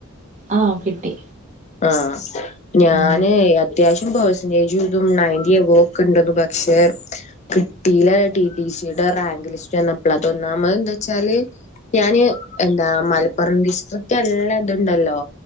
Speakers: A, on the right; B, on the left.
A: ആഹ് കിട്ടി
B: ആഹ് ഞാനെയ്
A: ആഹ്
B: അത്യ ത്യാവശ്യം പേഴ്സ്ന്റേജും ഇതും നൈന്റി എബോവ് ഒക്കെ ഇണ്ടെന്നു പക്ഷെ കിട്ടിലാ ടി ടി സിയുടെ റാങ്ക് ലിസ്റ്റ് വന്നപ്പെൾ അത് ഒന്നാമെത് എന്താ വെച്ചാല് ഞാന് എന്താ മലപ്പുറം ഡിസ്ട്രിക്റ്റ് നല്ല ഇത് ഇണ്ടല്ലോ